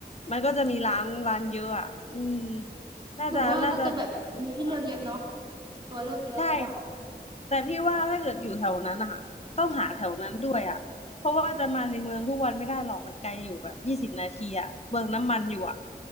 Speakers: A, on the left (about 40°); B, on the right (about 25°).
A: มันก็จะมีร้านร้านเยอะอ่ะอืมน่าจะน่าจะถูกกว่า
B: หนูว่าน่าจะแบบมีให้เลือกเยอะเนาะตัวเลือกเยอะกว่า
A: ใช่แต่พี่ว่าถ้าเกิดอยู่แถวนั้นนะคะต้องหาแถวนั้นด้วยอ่ะเพราะว่าจะมาในเมืองทุกวันไม่ได้หรอกมันไกลอยู่แบบยี่สิบนาทีอ่ะเบืองน้ำมันอยู่อ่ะ